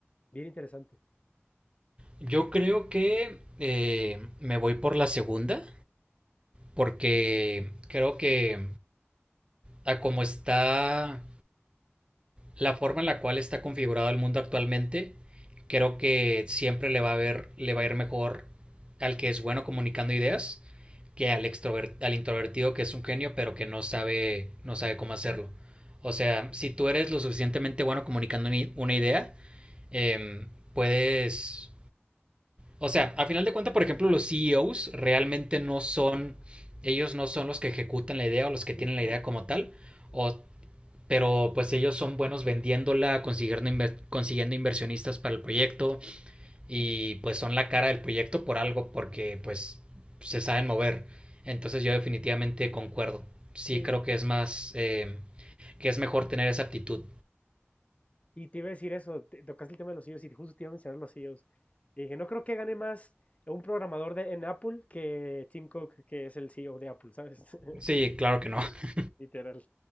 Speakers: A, on the left; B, on the right.
A: Bien interesante.
B: yo creo que eh, me voy por la segunda porque creo que a como está la forma en la cual está configurado el mundo actualmente, creo que siempre le va a ver, le va a ir mejor al que es bueno comunicando ideas que al, extrover- al introvertido que es un genio pero que no sabe, no sabe cómo hacerlo. O sea, si tú eres lo suficientemente bueno comunicando ni- una idea, em, puedes... O sea, a final de cuentas, por ejemplo, los CEOs realmente no son... Ellos no son los que ejecutan la idea o los que
A: Justo,
B: tienen la idea como tal, o pero pues ellos son buenos vendiéndola, consiguiendo, inver- consiguiendo inversionistas para el proyecto y pues son la cara del proyecto por algo porque pues se saben mover. Entonces yo definitivamente concuerdo. Sí
A: sí.
B: creo que es más, eh, que es mejor tener esa aptitud.
A: Y te iba a decir eso, te- tocaste el tema de los CEOs y justo te iba a mencionar los CEOs. Y dije, no creo que gane más un programador de, en Apple que Tim Cook, que es el CEO de Apple, ¿sabes? <laughs>
B: Sí, claro que no. <laughs>
A: Literal.